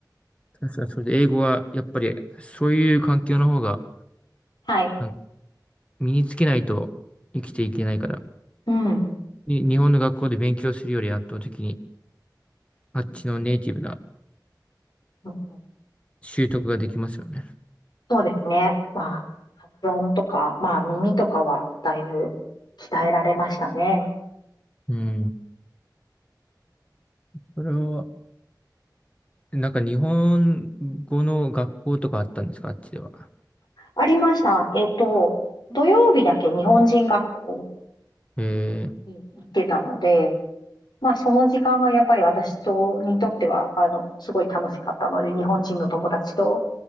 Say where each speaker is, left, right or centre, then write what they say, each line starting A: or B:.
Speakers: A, on the left; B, on the left.
A: 確かに、それで英語は、やっぱり、そういう環境の方が、
B: はい。
A: なん身につけないと生きていけないから、
B: うん。
A: に日本の学校で勉強するより圧倒的に、あっちのネイティブな
B: うんうんうん
A: 習得ができますよね。
B: そうですね。まあ、発音とか、まあ、耳とかはだいぶ鍛えられましたね。
A: うん。それは、なんか日本語の学校とかあったんですか、あっちでは。
B: ありました。えっと、土曜日だけ日本人学校
A: えー、
B: に行ってたので、まあ、その時間がやっぱり私と、にとっては、あの、すごい楽しかったので、日本人の友達と